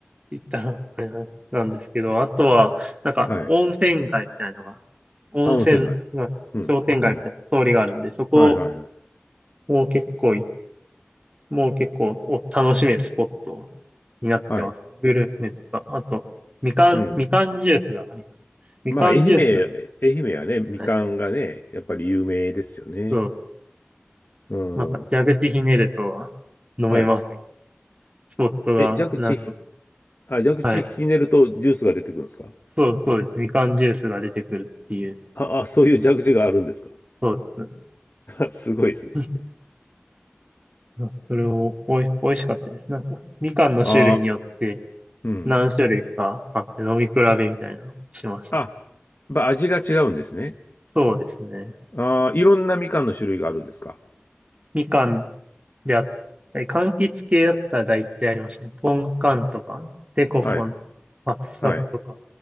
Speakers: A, on the right (about 30°); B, on the left (about 55°).
A: 言ったら、あれな、なんですけど、あとは、なんか、
B: は。はい。
A: 温泉街みたいなのが、温泉街、
B: あ、温泉街。うん。
A: 商店街みたいな通りがあるんで、
B: うん。
A: そこ
B: はいはいはい。
A: も結構い、もう結構お楽しめるスポットになってますね。
B: はい。
A: グルメとか、あと、みかん、
B: うん。
A: みかんジュースがあります。みかんジュースの、
B: まあ、愛媛、愛媛はね、みかんがね、
A: はい、
B: やっぱり有名ですよね。
A: そう
B: うん。
A: なんか蛇口ひねると飲めますみたいな。
B: はい。
A: スポットが、
B: え、蛇口ひ、
A: なんか、
B: あ、蛇口ひねるとジュースが出てくるんですか
A: はい。そうそうです。みかんジュースが出てくるっていう。
B: あ、あ、そういう蛇口があるんですか
A: そうです。
B: <laughs> すごいですね。
A: <laughs> うんそれをおい、美味しかったです。なんか、みかんの種類によって
B: あ、うん。
A: 何種類かあって飲み比べみたいなのしましたね。
B: あ、やっぱ味が違うんですね。
A: そうですね。
B: ああ、いろんなみかんの種類があるんですか。
A: みかんであったり、柑橘系だったら大体ありましたね。ポンカンとか、デコポンとか、
B: はい、
A: 圧搾とか、
B: はい、